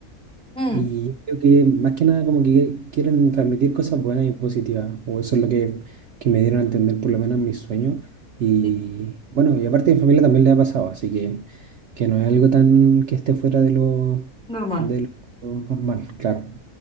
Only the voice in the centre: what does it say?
Mm,
sí,
normal.